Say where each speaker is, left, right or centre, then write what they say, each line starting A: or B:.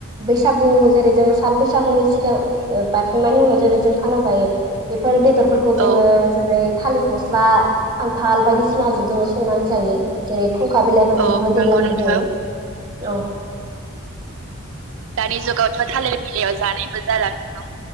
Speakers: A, on the right; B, on the right.
A: बैसागु जेरै जों सात बैसागुनि सिगां ओ बायखांनायनि उनाव जेरै जों खाना जायो यो बेफोर बेदरफोरखौ जोङो
B: औ
A: जेरै थालिर फस्ला खान्थाल बायदिसिनाजों जोंङो संनानै जायो जेरै खुंखा बिलाइफोरखौबो
B: औ
A: होदेरलानो
B: नंगौ नोंथां
A: होयो औ
B: दानि जुगावथ' थालिर बिलाइआव जानायबो जााला आरोना